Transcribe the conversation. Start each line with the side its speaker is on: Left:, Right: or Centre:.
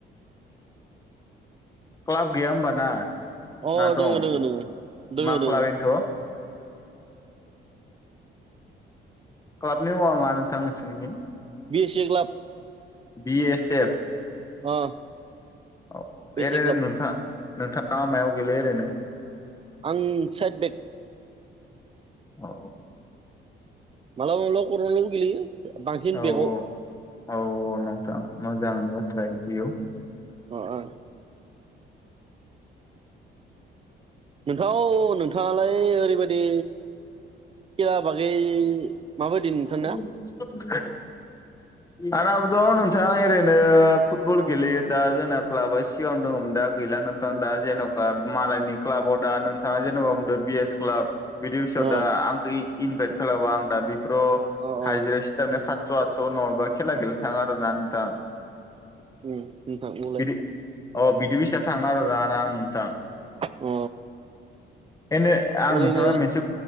Left: क्लाब गैया होमबा ना?
Right: अ दोङो
Left: दं
Right: दोङो दोङो
Left: मा
Right: दोङो।
Left: क्लाब इनोथ'? क्लाबनि मुङा मा नोंथां नोंसोरनि खै?
Right: B C club
Left: B S F
Right: अ
Left: औ
Right: बि
Left: एरैनो
Right: एस ए क्लाब
Left: नोंथां नोंथाङा मायाव गेलेयो ओरैनो
Right: आं साइद बेग
Left: औ
Right: माब्लाबा माब्लाबा कर'नालावबो गेलेयो। बांसिन
Left: औ
Right: बेगाव
Left: औ औ नोंथां मोजांनि बाथ्रा एयाव
Right: अ -अ नोंथां नोंथाङालाय ओरैबायदि खेला बागै
Left: <unintelligible>
Right: माबायदि नोंथांना
Left: आना थ' नोंथाङा ओरैनो फुटबल गेलेयो दा जोंना क्लाबा सिगां दङमोन दा गैला नोंथां
Right: अ
Left: दा जेन'का मालायनि क्लाबाव दा नोंथाङा जेनबा बुंदो बिएस क्लाब बिदि बिसआव
Right: अ
Left: दा आ इनभाइद खालामबा आं दा
Right: अ अ
Left: हाइजिरा सिटाबनो खा सादस' आदस' नङाबा खेला गेलेनो थाङा आरो ना नोंथां।
Right: <unintelligible>
Left: बिदि अ बिदि फिसा थाङो आरो दा आं नोंथां।
Right: अ
Left: एनो आं
Right: ओरैनो
Left: नोंथांनाव मोनसे